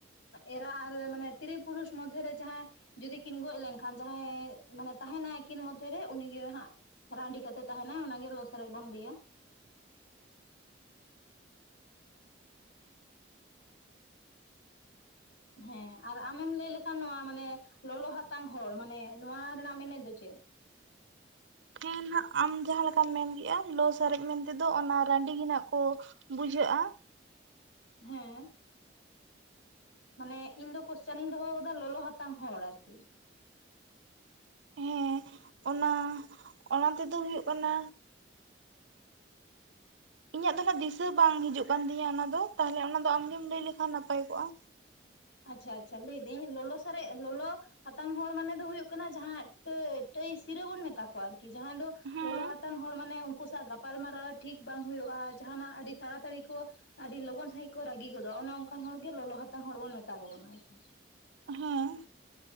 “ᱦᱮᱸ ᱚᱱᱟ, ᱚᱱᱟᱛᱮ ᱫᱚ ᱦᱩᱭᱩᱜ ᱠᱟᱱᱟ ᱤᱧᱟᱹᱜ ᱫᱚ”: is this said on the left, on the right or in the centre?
Right